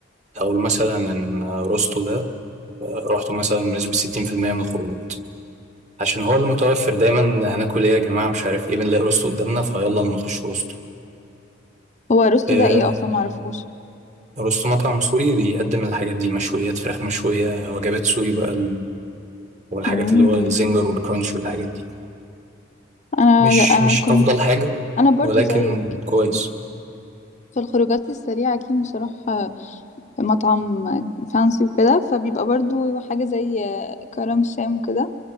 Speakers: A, on the right; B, on the left.
A: هقول مثلا إن روستو ده آه، روحته مثلا بنسبة 60% من الخروجات عشان هو المتوفر دايما هناكل إيه يا جماعة مش عارف إيه بنلاقي روستو قدامنا فيلا نخش روستو
B: هو رستو
A: آه،
B: ده ايه اصلا معرفوش
A: روستو مطعم سوري بيقدم الحاجات دي مشويات فراخ مشوية وجبات سوري بقى ال- والحاجات
B: امم
A: اللي هو الزنجر والكرانش والحاجات دي
B: انا
A: مش
B: انا
A: مش
B: كنت
A: أفضل حاجة
B: انا برضو
A: ولكن
B: زيك
A: كويس
B: يعني في الخروجات السريعة أكيد مش هروح آه، مطعم فانسي وكده فبيبقى برضو حاجة زي آه، كرم الشام وكده